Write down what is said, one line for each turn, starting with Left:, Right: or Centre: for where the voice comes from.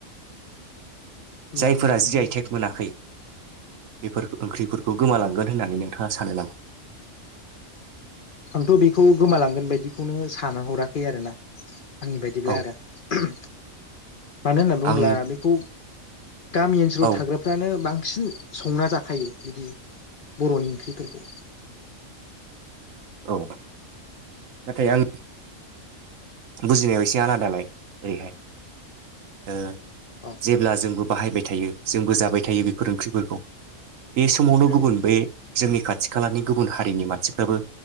Left: उम
Right: जायफोरा जि आइ टेग मोनाखै बेफोर ओंख्रिफोरखौ गोमालांगोन होननानै नोंथाङा सानो नामा?
Left: आंथ' बेखौ गोमालांगोन बायदिखौनो सान हराखै आरोना। आंनि बायदिब्ला
Right: औ
Left: आरो मानो होननानै बुङोब्ला
Right: आं
Left: बेखौ गामि ओनसोलाव
Right: औ
Left: थाग्राफ्रानो बां बांसिन संना जाखायो बिदि बर'नि ओंख्रिफोरखौ।
Right: औ नाथाय आं बुजिनायाव एसे आलादालाय ओरैहाय। ओ
Left: औ
Right: जेब्ला जोंबो बाहायबाय थायो जोंबो जाबाय थायो बेफोर ओंख्रिफोरखौ। बे समावनो
Left: औ
Right: गुबुन बे जोंनि खाथि खालानि गुबुन हारिनि मानसिफ्राबो